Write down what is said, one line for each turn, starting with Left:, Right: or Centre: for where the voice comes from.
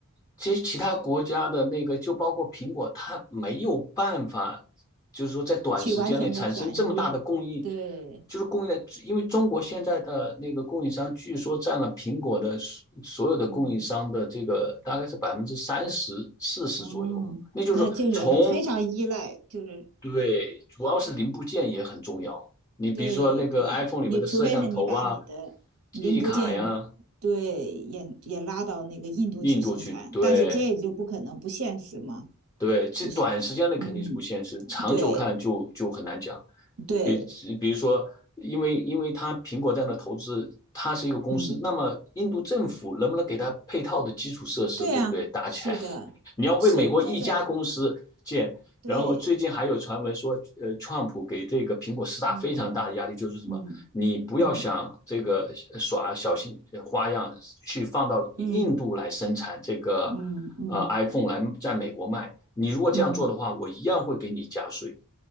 Left: 其实其他国家的那个就包括苹果，它没有办法。就是说在短时间内产生这么大的供应，
Right: 去完全的转移，对，
Left: 就是供应链，因为中国现在的那个供应商据说占了苹果的所有的供应商的这个大概是百分之三十四十左右，
Right: 嗯，哦，
Left: 那就是说从
Right: 那就是非常依赖，就是
Left: 对，主要是零部件也很重要。你比如说那个
Right: 对对，
Left: iPhone
Right: 你除非是你把你的零部件，
Left: 里面的摄像头啊、记忆卡呀，
Right: 对，也也拉到那个印度去生产，
Left: 印度去，对
Right: 但是这就不可能不现实嘛，
Left: 对，这短时间内肯定是不现实，
Right: 就是嗯，
Left: 长久看就就很难讲。
Right: 对对，
Left: 比比如说，因为因为它苹果这样的投资，它是一个公司，
Right: 嗯，
Left: 那么印度政府能不能给它配套的基础设施，
Right: 对啊，
Left: 对不对？搭起来，
Right: 是的，
Left: <laughs> 你要为美国一家公司建。
Right: 是这个，对，
Left: 然后最近还有传闻说，呃，川普给这个苹果施加非常大的压力，
Right: 嗯
Left: 就是什么，
Right: 嗯
Left: 你不要想这个耍小心花样去放到印度来生产这个，
Right: 嗯嗯。嗯嗯嗯
Left: 呃，iPhone 来在美国卖。你如果这样做的话，
Right: 嗯
Left: 我一样会给你加税。